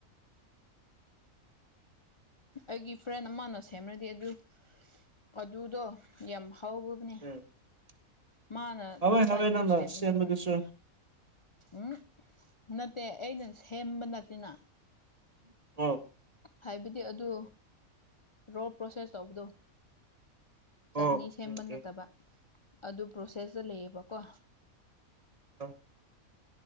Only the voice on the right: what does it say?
<inaudible>
ꯍꯥꯎꯋꯦ
ꯍꯥꯎꯋꯦ
ꯅꯪꯅ
ꯁꯦꯝꯕꯗꯨꯁꯨ
<unintelligible>
ꯑꯣ
ꯑꯣꯀꯦ
ꯑꯣꯀꯦ
<inaudible>